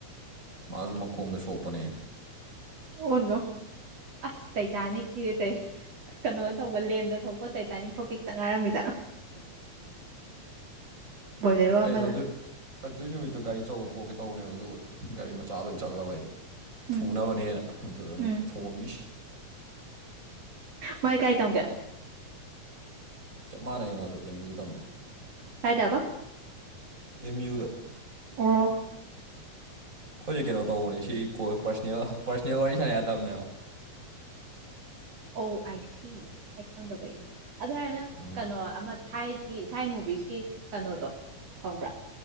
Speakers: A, on the right; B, on the right.
A: ꯑꯥꯖ ꯃꯈꯣꯡꯗ ꯁꯣꯛꯄꯅꯦ
B: ꯑꯣꯅꯣ ꯑꯁ ꯇꯥꯏ ꯇ ꯑꯅꯤ ꯀꯔ ꯇꯦ ꯀꯩꯅꯣ ꯇꯧꯕ ꯂꯦꯟꯗ ꯊꯣꯛꯄꯣꯠ ꯆꯩꯩꯇꯥꯥꯏꯅꯤꯡꯊꯧꯀꯤꯛꯇ ꯉꯥꯏꯔꯝꯃꯤꯗ
A: <unintelligible> <inaudible>
B: ꯕꯣꯂꯦꯔꯣ ꯑꯃꯅ
A: ꯑꯩꯗꯣ ꯑꯗꯨ ꯑꯗꯨꯏ ꯅꯨꯃꯤꯠꯇꯨ ꯒꯥꯔꯤ ꯆ ꯄꯣꯛꯀꯦ ꯇꯧꯕꯅꯦꯕ ꯑꯗꯨꯒ ꯒꯥꯔꯤ ꯃꯆꯥ ꯂꯣꯏ ꯆꯠꯂꯕ ꯍꯥꯏꯗ
B: ꯎꯝ
A: ꯊꯨꯅꯕꯅꯦꯅ ꯑꯗꯨ
B: ꯎꯝ
A: ꯊꯣꯑꯝꯃꯤꯁꯤ
B: ꯃꯥꯥꯏ ꯀꯥꯏ ꯇꯪꯒꯦ
A: ꯆꯞ ꯃꯥꯟꯅꯩ ꯃꯥꯁꯨ ꯑꯦꯦꯝ ꯌꯌꯨ ꯇꯝꯃꯦ
B: ꯍꯥꯏꯗꯕ
A: ꯑꯦꯝ ꯌꯨꯗ
B: ꯑꯣ
A: ꯑꯩꯈꯣꯏꯁꯦ ꯀꯩꯅꯣ ꯇꯧꯕꯅꯦ ꯁꯤꯣꯏ ꯄꯔꯁꯅꯦꯜ ꯄꯔꯁꯣꯅꯦꯜ ꯋꯥꯔꯤ ꯁꯥꯟꯅ ꯌꯥ ꯇꯕꯃꯦꯕ <inaudible>
B: ꯑꯣ ꯑꯥꯏ ꯁꯤ ꯑꯩ ꯈꯪꯗꯕꯩꯅꯦ ꯑꯗꯨ ꯍꯥꯏꯔꯅ
A: ꯎꯝ
B: ꯀꯩꯅꯣ ꯑꯃ ꯊꯥꯏꯒꯤ ꯊꯥꯏ ꯃꯨꯚꯤꯁꯀꯤ ꯀꯩꯅꯣꯗꯣ ꯈꯪꯕ꯭ꯔꯥ